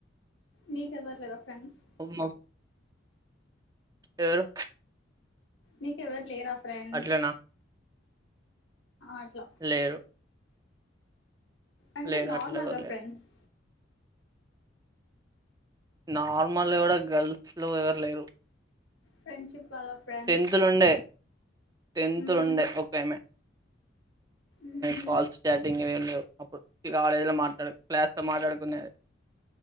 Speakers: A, on the left (about 75°); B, on the right (about 20°).
A: మీకెవ్వరులేరా ఫ్రెండ్స్
B: ఉన్నరు ఎవరు
A: నీకెవరు లేరా ఫ్రెండ్స్
B: అట్లనా?
A: అట్లా
B: లేరు
A: అంటే
B: లేరు
A: నార్మల్గా
B: అట్లా ఎవరు లేరు.
A: ఫ్రెండ్స్
B: నార్మల్గా కూడా గర్ల్స్ లో ఎవరు లేరు
A: ఫ్రెడ్షిప్ వాళ్ళ ఫ్రెండ్స్
B: టెన్త్లుండే టెన్త్లు
A: ఊహు
B: ఉండే ఒకేమే
A: ఊహు
B: ఫల్స్ స్టార్టింగ్ ఇవి ఉండవు అప్పుడు కాలేజీలో మాట్లాడు క్లాస్తో మాట్లాడుకునేది